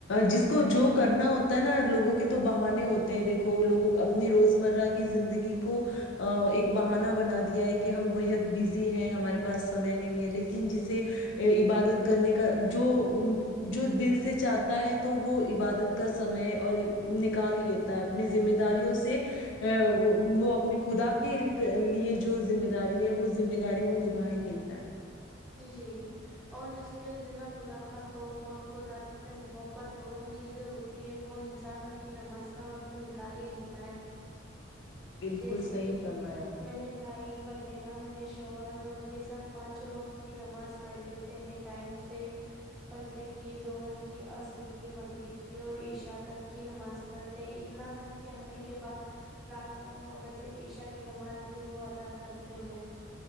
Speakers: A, on the left (about 65°); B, in the centre.
A: جس کو جو کرنا ہوتا ہے نا لوگوں کی تو بہانے ہوتے ہیں دیکھو لوگوں اپنی روزمرہ کی زندگی کو ایک بہانا بنا دیا ہے کہ ہم بےحد بزی ہیں ہمارے پاس سمے نہیں ہے لیکن جسے عبادت کرنے کا جو جو دل سے چاہتا ہے تو وہ عبادت کا سمے اور نکال ہی لیتا ہے اپنی ذمہ داریوں سے وہ اپنی خدا کو لیے جو ذمہ داری ہے وہ ذمہ داری وہ نبھی ھتا ہے
B: جی اور جس کے دل میں خدا کا خوف اور خدا سے محبت دونوں چیزیں ہوتی ہے وہ انسان اپنی نماز کا وقت نکال ہی لیتا ہے
A: بالکل
B: جیسے
A: صحیح
B: کہ
A: فرمایا
B: میرے بھائی وغیرہ میرے شوہر اور یہ سب پانچوں وقت کی نماز پڑھ لیتے ہیں ٹائم سے فجر کی زہر کی اصر کی مغرب کی اور عشا تک کی نماز پڑھتے ہیں اتنا تھک کے آنے کے بعد رات کو نو بجے عشا کی نماز بھی وہ ادا کرتے ہیں